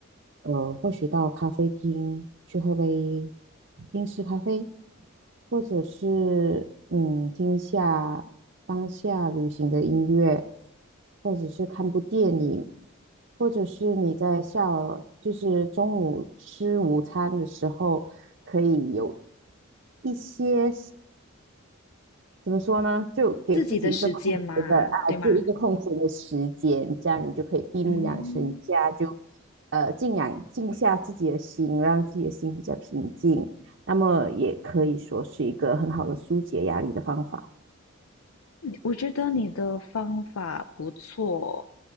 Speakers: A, on the right (about 55°); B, on the left (about 85°).
A: 呃，或许到咖啡厅去喝杯英式咖啡，或者是嗯，听一下当下流行的音乐，或者是看部电影，或者是你在下了就是中午吃午餐的时候，可以有一些。怎么说呢？就给自己一个空闲的啊，
B: 自己的时间吗？对吗？
A: 就一个空闲的时间，这样你就可以闭目养神一下，
B: 嗯。
A: 就呃静养静下自己的心，让自己的心比较平静。那么也可以说是一个很好的疏解压力的方法。
B: 我觉得你的方法不错，